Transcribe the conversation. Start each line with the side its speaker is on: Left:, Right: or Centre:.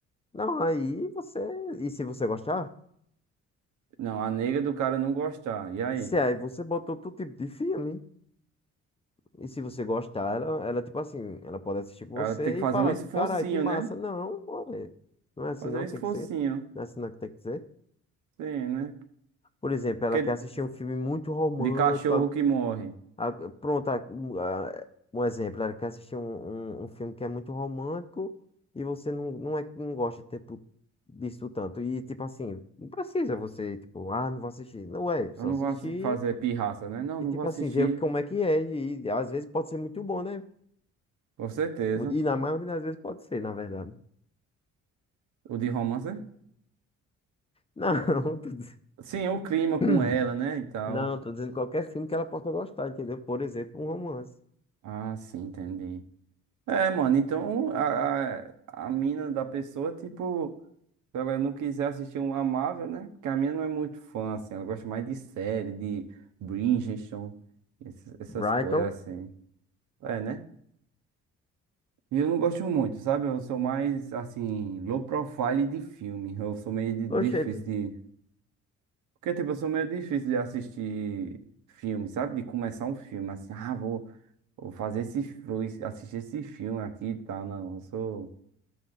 Left: Não, aí você. E se você gostar?
Right: Não, a nega do cara não gostar. E aí?
Left: Se
Right: O
Left: aí você botou todo tipo de filme. E se você gostar, ela, ela, tipo assim, ela pode assistir com
Right: cara
Left: você
Right: tem que fazer
Left: e falar,
Right: um esforcinho,
Left: tipo, carai, que massa.
Right: né?
Left: Não, ué, não é assim,
Right: Fazer
Left: não
Right: um esforcinho.
Left: tem que ser. Não é assim, não que tem que ser.
Right: Sim, né?
Left: Por exemplo, ela
Right: Porque
Left: quer assistir um filme muito romântico.
Right: de cachorro
Left: a-
Right: que morre.
Left: a- pronto, a- um a- um exemplo, ela quer assistir um, um, um filme que é muito romântico e você não, não, é, não gosta tipo, disso tanto. E tipo assim, não precisa você, tipo, ah, não vou assistir. Não é, só
Right: Eu não
Left: assistir
Right: vou assi- fazer pirraça, né? Não,
Left: e
Right: não
Left: tipo
Right: vou assistir.
Left: assim, ver como é que é. E, e às vezes pode ser muito bom, né?
Right: Com certeza.
Left: Muito- E na maioria das vezes pode ser, na verdade.
Right: O de romance?
Left: Não, <laughs> tô diz-
Right: Sim, o clima
Left: <clears throat>
Right: com ela, né? E tal.
Left: não, tô dizendo qualquer filme que ela possa gostar, entendeu? Por exemplo, um romance.
Right: Ah, sim, entendi. É, mano, então a, a, a mina da pessoa, tipo. Se ela não quiser assistir um Amável, né? Porque a minha não é muito fã, assim. Ela gosta mais de série, de Bridgerton, esses- essas
Left: Brighton.
Right: coisas, assim. É, né? E eu não gosto muito, sabe? Eu sou mais, assim, low profile de filme. Eu sou meio di-
Left: Oxente.
Right: difícil de... Porque, tipo, eu sou meio difícil de assistir filme, sabe? De começar um filme, assim. Ah, vou, vou fazer esse... Vou is- assistir esse filme aqui e tal. Não, eu sou,